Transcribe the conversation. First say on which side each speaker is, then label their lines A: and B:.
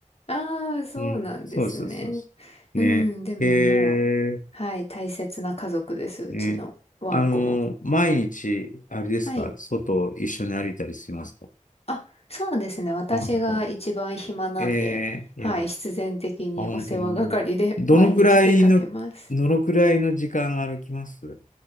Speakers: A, on the left; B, on the left.
A: ああ、そうなんですね。
B: うん。そうそうそうそう。
A: うん、
B: ね。
A: でももう、
B: へえ、
A: はい、大切な家族です、うちのワンコも。
B: ね。あの、毎日、あれですか、
A: はい。
B: 外一緒に歩いたりしますか
A: あ、そうですね。私が一番暇なんで、
B: あ、本当。ええ、いや、
A: はい、必然的にお世話係で
B: あ、本当に。どのくらいの、
A: <laughs> 毎日出かけます。
B: どのくらいの時間歩きます